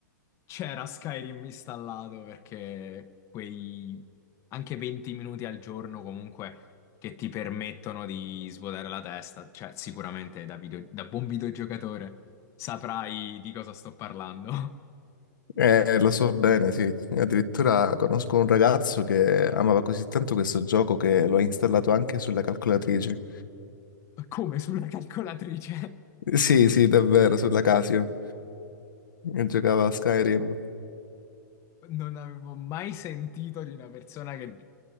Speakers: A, on the left (about 30°); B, on the left (about 85°).
A: c'era Skyrim installato perché quei anche 20 minuti al giorno comunque che ti permettono di svuotare la testa, cioè sicuramente da video- da buon videogiocatore saprai di cosa sto parlando.
B: Eh, lo so bene, sì. Addirittura conosco un ragazzo che amava così tanto questo gioco che lo ha installato anche sulla calcolatrice.
A: <laughs> Come sulla calcolatrice?
B: Sì, sì, davvero, sulla Casio. E Giocava a Skyrim.
A: Non avevo mai sentito di una persona che